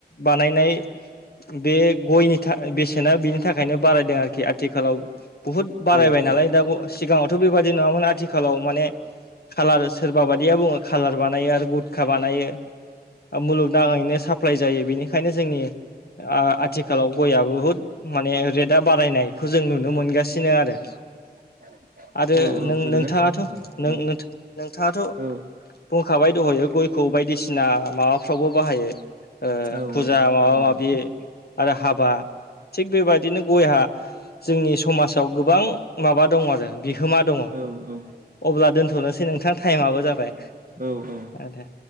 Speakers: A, on the left; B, on the right.
A: बानायनाय बे गयनि था बेसेना बिनि थाखायनो बारायदों आरोखि आथिखालाव बुहुत बारायबाय
B: औ औ
A: नालाय दा सिगाङावथ' बेबादि नङामोन आथिखालाव माने खाालार सोरबा बायिया बुङो खाालार बानायो आरो गुुरखा बानायो मुलुगनााङैनो साप्लााय जायो बेनिखायनो जोंनि आथिखालाव गयआ बुहुद माने रेटआ बारायनायखौ जों नुनो मोनगासिनो आरो
B: <inaudible>
A: आरो
B: औ
A: नों
B: गोजोननाय
A: नोंथाङाथ'
B: थाबाय आंना
A: नों
B: औ
A: नों नोंथाङाथ'
B: औ
A: बुंखाबाय दहयो गयखौ बायदिसिना माबाफ्रावबो बाहायो। ओ
B: औ
A: फुजा
B: औ
A: माबा
B: बुंबाय
A: माबि
B: नोंथां
A: आरो हाबा थिग बेबायदिनो गयहा जोंनि समाजाव गोबां माबा दं आरो बिहोमा दङ
B: औ औ
A: अब्ला दोनथ'नोसै नोंथां टाइमाबो जाबाय।
B: औ-औ
A: आ दे।